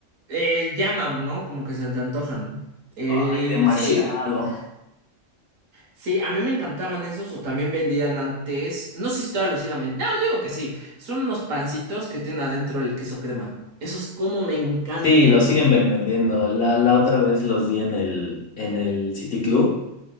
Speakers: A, on the right; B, on the left.
A: Eh, llama, ¿no? Como que se te antojan. Eh,
B: Ay, demasiado.
A: sí, Sí, a mí me encantaban esos o también vendían antes. No sé si todavía los sigan vendiendo. No, yo digo que sí. Son unos pancitos que tienen adentro el queso crema. Esos como me encantan.
B: Sí, lo siguen ven- vendiendo. La, la otra vez los vi en el, en el City Club.